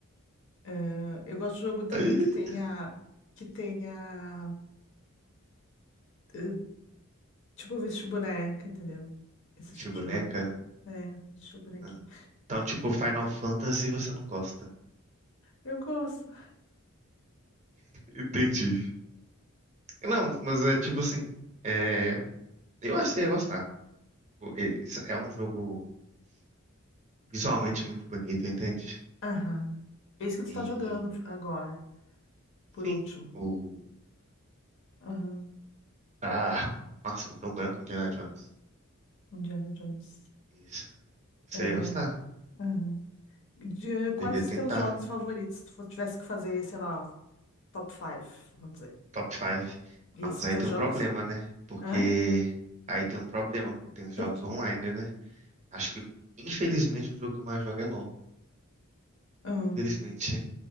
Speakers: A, on the left; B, on the right.
A: Ah, eu gosto de jogo também
B: <laughs>
A: que tenha, que tenha, eh, tipo, vestir boneca, entendeu? Esse
B: Deixa
A: tipo
B: boneca.
A: de jogo. É, vestir bonequinho.
B: Aham. Então, tipo, Final Fantasy você não gosta.
A: Eu gosto.
B: Entendi. Não, mas é tipo assim. É... Eu achei eu gostar. O- e- É um jogo visualmente muito bonito, entende?
A: Aham. Esse que tu
B: E,
A: tá jogando agora, por
B: sim,
A: último.
B: o...
A: Aham.
B: Ah, <laughs> nossa, me deu um branco Indiana Jones.
A: Indiana Jones.
B: Isso. Você
A: É,
B: ia gostar.
A: Aham. De,
B: Você
A: quais
B: devia
A: os
B: tentar.
A: teus jogos favoritos? Se tu fo- tivesse que fazer, sei lá, top 5, vamos dizer.
B: Top 5.
A: E
B: Ah, mas
A: se
B: aí
A: teus
B: tem
A: jogos.
B: um problema, né? Porque...
A: Hã?
B: Aí tem um problema, porque tem os
A: Por
B: jogos
A: quê?
B: online, né? Acho que, infelizmente, o jogo que eu mais jogo é LoL.
A: Hum,
B: Infelizmente.